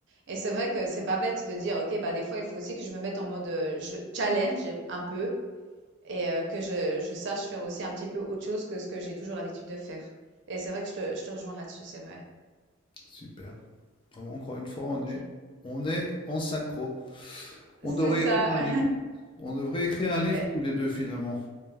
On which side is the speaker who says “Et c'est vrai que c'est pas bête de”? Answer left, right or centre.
Right